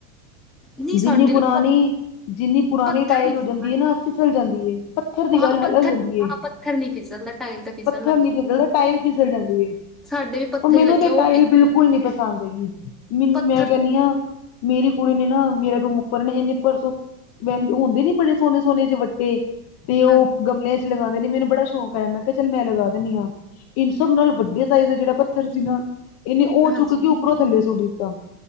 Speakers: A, in the centre; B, on the left.
A: ਨਹੀਂ ਸਾਡੇ
B: ਜਿੰਨੀ ਪੁਰਾਨੀ,
A: ਲ ਪ
B: ਜਿੰਨੀ ਪੁਰਾਨੀ
A: ਪੱਥਰ
B: ਟਾਇਲ
A: ਨੀ ਫਿਸਲਦਾ
B: ਹੋ ਜਾਂਦੀ ਏ ਨਾ ਫਿਸਲ ਜਾਂਦੀ ਏ। ਪੱਥਰ ਦੀ
A: ਹਾਂ
B: ਗੱਲ ਹਲਗ
A: ਪੱਥਰ
B: ਈ ਹੋਂਦੀ ਏ
A: ਹਾਂ ਪੱਥਰ ਨੀ ਫਿਸਲਦਾ ਟਾਇਲ ਤਾਂ ਫਿਸਲਣ
B: ਪੱਥਰ
A: ਲੱਗ
B: ਨੀ
A: ਜਾ
B: ਫਿਸਲਦਾ ਟਾਇਲ ਫਿਸਲ ਜਾਂਦੀ ਏ।
A: ਸਾਡੇ ਵੀ ਪੱਥਰ
B: ਉ ਮੈਨੂੰ
A: ਹੀ ਲੱਗਿਆ
B: ਤੇ
A: ਉਹ
B: ਟਾਇਲ
A: ਫਿਸਲਦਾ
B: ਬਿਲਕੁਲ ਨੀ ਪਸੰਦ ਹੈਗੀ ਮ
A: ਪੱਥਰ
B: ਮੈਂ ਕੈਨੀ ਆ ਮੇਰੀ ਕੁੜੀ ਨੇ ਨਾ ਮੇਰਾ ਰੂਮ ਉੱਪਰ ਨੇ ਇੰਨੇ ਪਰਸੋਂਹ ਹੁੰਦੇ ਨੀ ਬੜੇ ਸੋਨੇ ਸੋਨੇ ਵੱਟੇ ਤੇ ਉ
A: ਹਾਂ
B: ਗਮਲੇਆਂ ਚ ਲਗਾਂਦੇ ਮੈਨੂੰ ਬੜਾ ਸ਼ੌਕ ਆਯਾ ਮੈਂ ਕਿਆ ਚੱਲ ਮੈਂ ਲਗਾ ਦਿੰਨੀ ਆਂ, ਇਨ ਸਭ ਨਾਲ ਵੱਡ ਸਾਈਜ਼ ਦਾ ਜੇੜਾ ਪ ਪੱਥਰ ਸੀਗਾ ਇਨੇ ਉ
A: ਹਾਂਜੀ,
B: ਚੁੱਕ ਉੱਪਰੋਂ ਥੱਲੇ ਸੁੱਟ ਦਿੱਤਾ,